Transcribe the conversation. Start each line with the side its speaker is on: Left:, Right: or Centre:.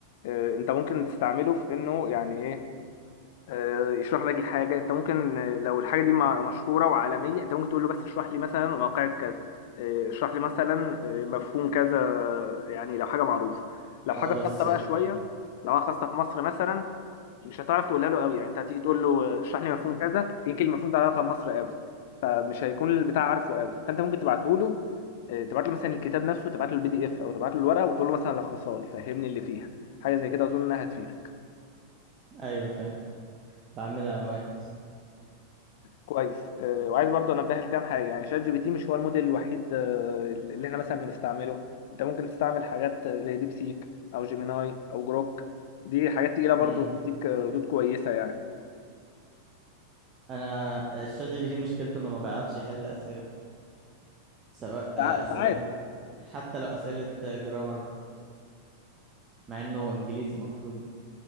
Left: آه، انت ممكن تستعمله في انه يعني ايه آه، يشرح لك الحاجة انت ممكن آه، لو الحاجة دي م- مشهورة وعالمية انت ممكن تقول له بس اشرح لي مثلا واقعة كذا آه، اشرح لي مثلا آه، مفهوم كذا آه، يعني لو حاجة معروفة لو حاجة
Right: اه بس
Left: خاصة بقى
Right: آه،
Left: شوية لو حاجة خاصة في مصر مثلا مش هتعرف تقولها له قوي يعني انت هتيجي تقول له آه، اشرح لي مفهوم كذا يمكن المفهوم ده علاقة بمصر قوي فمش هيكون البتاع عارفه قوي فانت ممكن تبعته له آه، تبعت له مثلا الكتاب نفسه تبعت له البي دي اف او تبعت له الورقة وتقول له مثلا لخصها لي فهمني اللي فيها حاجة زي كده اظن انها هتفيدك
Right: أيوة فعلا بعملها أوقات
Left: كويس آه، وعايز برضه انبه لكام حاجه يعني شات جي بي تي مش هو الموديل الوحيد آه، اللي احنا مثلا بنستعمله انت ممكن تستعمل حاجات آه، زي ديب سيك او جيميناي او جروك دي حاجات تقيله برضه
Right: مم.
Left: وتديك آه، ردود كويسه يعني
Right: أنا الشات جي بي تي مشكلته إنه ما بيعرفش يحل أسئلة سواء
Left: ساع-
Right: آه، أسئلة
Left: ساعات
Right: حتى لو أسئلة جرامر مع إنه إنجليزي مفروض